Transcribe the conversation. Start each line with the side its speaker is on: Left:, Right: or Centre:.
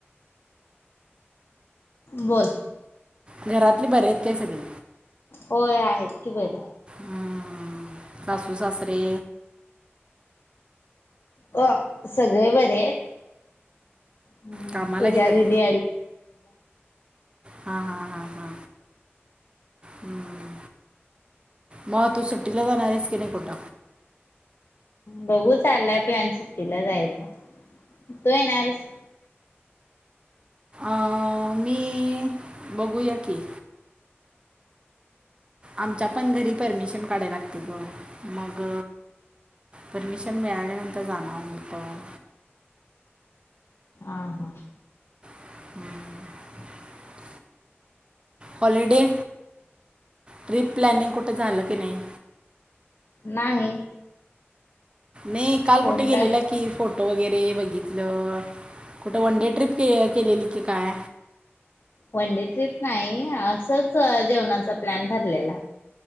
Left: बोल
Right: घरातली बरी आहेत का सगळी
Left: होय आहेत की बरी.
Right: हा-हा सासू-सासरे
Left: हो सगळे बरेत आहेत. हुं
Right: कामाला
Left: पूजा
Right: गेलेत
Left: दीदी
Right: हा हा हा हा हुं म तू सुट्टीला जाणार आहेस की नाही कूठ?
Left: बघू चाल्ला आहे प्लान सुट्टीला जायचा तू येणार आहेस
Right: आं मी बघूया की आमच्या पण घरी परमिशन काढाय लागती गं, मग परमिशन मिळालया नंतर जाणार मी पण
Left: आ हा हा
Right: <inaudible> हॉलीडे प्री प्लानिंग कुठे झाले का नाही?
Left: नाही
Right: नई काल
Left: कोण
Right: कुठ गेलेला
Left: काय
Right: की फोटो वैगरे ते बघितलं कुठे वन डे ट्रीप अ के केलेली की काय
Left: वन डे ट्रीप नाही असच जेवणाचा प्लॅन ठरलेला